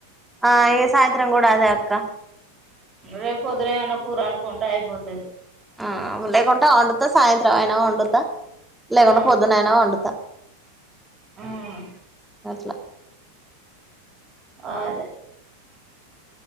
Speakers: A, in the centre; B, on the right (about 25°).
A: ఆ ఈ సాయంత్రం కూడా అదే అక్క
B: రేపు పొద్దున ఎదన్న కూర అండుకుంటే అయిపోతది
A: ఆ లెకుంటే అండుత సాయంత్రం అనా వండు వండుత లేకుంటే
B: ఆ
A: పొద్దున్న అనా వండత
B: మ్మ్
A: గట్లా
B: ఆ అదే